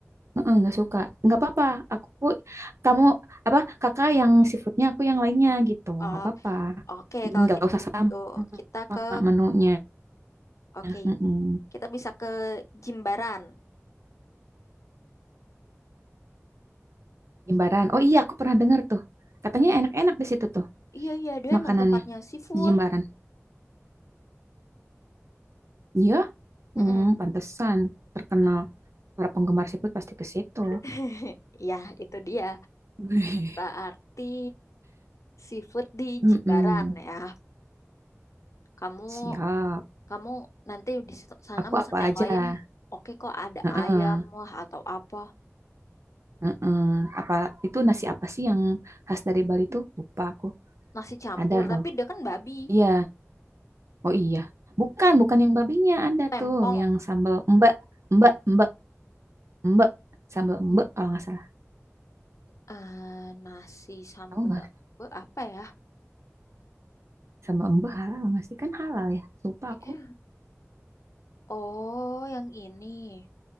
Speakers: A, on the right; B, on the left.
A: Heeh, nggak suka. Nggak apa-apa, aku, kamu, apa, kakak yang seafoodnya aku yang lainnya gitu.
B: Oh,
A: Nggak apa-apa.
B: oke kalau
A: Nggak
B: gitu
A: usah sama.
B: kita ke
A: Nah, menunya.
B: oke,
A: Mm-mm.
B: Kita bisa ke Jimbaran.
A: Jimbaran. Oh iya, aku pernah dengar tuh. Katanya enak-enak di situ tuh
B: Iya, iya, dia
A: makanannya
B: emang tempatnya seafood.
A: di Jimbaran. Iya, hmm,
B: Mm-mm.
A: pantesan terkenal. Para penggemar seafood pasti ke situ.
B: <laughs> Iya, itu dia.
A: <laughs>
B: Berarti seafood di
A: Mm-mm.
B: Jimbaran ya. Kamu
A: Siap.
B: kamu nanti di situ- sana
A: Aku
B: pesan
A: apa
B: yang
A: aja?
B: lain, oke kok ada
A: Heeh,
B: ayam lah atau apa.
A: heeh. Apa itu nasi apa sih yang khas dari Bali tuh? Lupa aku.
B: Nasi campur,
A: Ada loh.
B: tapi dia kan babi.
A: Iya. Oh iya. Bukan, bukan yang babinya ada
B: Tempong.
A: tuh, yang sambal embek, embek, embek, embek, sambal embek
B: Hmm,
A: kalau nggak salah.
B: eh, nasi sambal
A: Tahu nggak?
B: apa ya?
A: Sambal embe halal nggak sih? Kan halal ya. Lupa
B: Kayaknya.
A: aku.
B: Oh, yang ini.